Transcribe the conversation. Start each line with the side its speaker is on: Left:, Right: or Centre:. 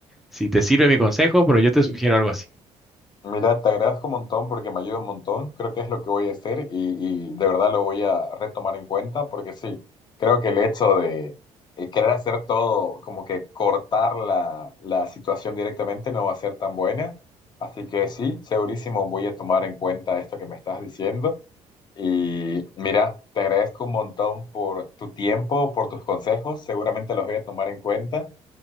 Centre: si te sirve mi consejo, pero yo te sugiero algo así.
Left: Mira, te agradezco un montón porque me ayuda un montón. Creo que es lo que voy a hacer y, y de verdad lo voy a retomar en cuenta porque sí, creo que el hecho de eh, querer hacer todo, como que cortar la, la situación directamente no va a ser tan buena. Así que sí, segurísimo voy a tomar en cuenta esto que me estás diciendo. Y mira, te agradezco un montón por tu tiempo, por tus consejos. Seguramente los voy a tomar en cuenta.